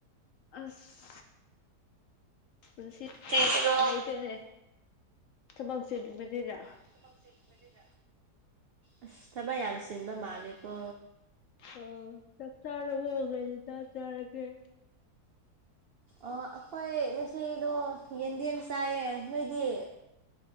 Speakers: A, on the left; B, on the right.
A: ꯑꯁ ꯄꯨꯟꯁꯤ
B: ꯆꯦꯁꯤꯔꯣ
A: ꯄꯥꯟ ꯂꯩꯩꯇꯅꯦ ꯊꯕꯛ ꯆꯦ ꯅꯨꯕꯅꯤꯅ
B: ꯃꯁꯤ ꯑꯁ ꯊꯕꯛ ꯌꯥꯝ ꯆꯤꯟꯕ ꯃꯥꯜꯂꯤꯀꯣ
A: ꯑꯣ ꯆꯥꯛ ꯆꯥꯔꯕꯣ ꯀꯩ ꯍꯦꯟꯖꯥꯡ ꯆꯥꯔꯒꯦ
B: ꯑꯣ ꯑꯈꯣꯏ ꯉꯁꯤꯗꯣ ꯌꯦꯟꯗꯦꯝ ꯆꯥꯏꯌꯦ ꯅꯣꯏꯗꯤ